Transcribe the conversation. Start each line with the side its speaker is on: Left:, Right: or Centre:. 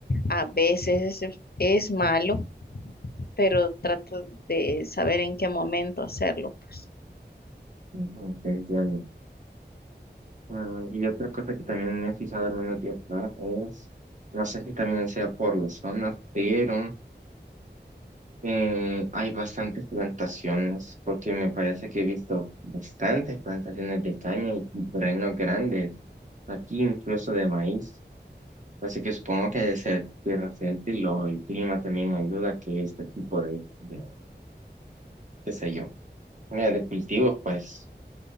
Left: A veces es, es malo, pero trato de saber en qué momento hacerlo, pues.
Right: ujú, te entiendo. Mm, y otra cosa que también me he fijado al menos de acá es, no sé si también sea por la zona, pero eh, hay bastantes plantaciones, porque me parece que he visto bastantes plantaciones de caña y y terrenos grandes, aquí incluso de maíz. Así que supongo que de ser tierra fértil o el clima también ayuda a que este tipo de, de qué sé yo, mira, de cultivos pues